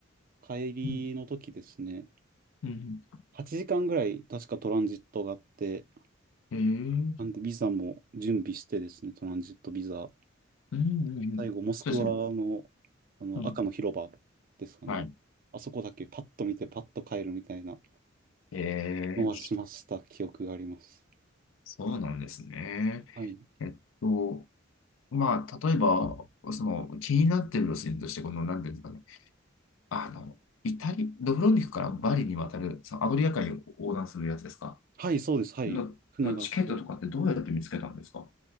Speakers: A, on the right (about 45°); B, on the left (about 75°).
A: 帰りの時ですね、
B: うん、うん、う
A: 8時間ぐらい確かトランジットがあって、
B: んへ
A: なんでビザも準備してですね、
B: え、
A: トランジットビザ。
B: うんうんうん。
A: 最後、モスクワの、
B: そうですね。
A: あの赤の広場ですかね。
B: うん、はい。
A: あそこだけパッと見てパッと帰るみたいな
B: へ
A: のはしました記憶があります。
B: え、そうなんですね。
A: はい。
B: えっと、まあ、例えば、その気になってる路線として、この何ですかね。あの、イタリ、ドブロンニクからバリに渡る、そのアドリア海を横断するやつですか
A: はい、そうです。はい。
B: の、
A: 船があって。
B: そのチケットとかってどうやって見つけたんですか